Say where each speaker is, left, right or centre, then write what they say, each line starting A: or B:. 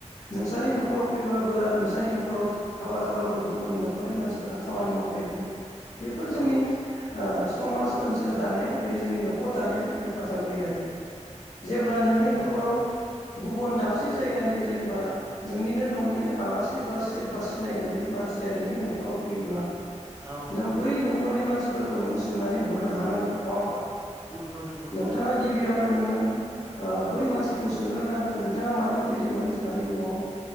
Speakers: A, on the left; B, on the right.
A: नोंसानि न'खराव फैबाबो आरो नोंसानि न'खराव जो हाबा जाब्लाबो गुबुननि न'खरनि मानसिफोरा खामानि मावफैगोन बेफोर जोंनि
B: औ
A: ओ समाज ओनसोल दानायाव बे जोंनि न'खर दानायावबो हेफाजाब होयो आरो जेब्ला नोंनि
B: नंगौ
A: न'खराव
B: नंगौ
A: गुबुन दाबसे जायगानि जेनेबा नोंनिनो न'निनो आलासि बा सोर बा सिनाय मोनै मानसि या नोंनि न'खराव फैयोब्ला
B: औ
A: नों बै न'ख खरनि मानसिफोरखौ नोङो सोंनानै हरनो हानांगोन नङा ओमब्ला?
B: नोंगौ नोंगौ।
A: थाङा गिबियावनो नोङो ओ बै मानसिखौ सोंग्रोनांगोन नोंथाङा मानो फैदोंमोन जोंहानि न'आव?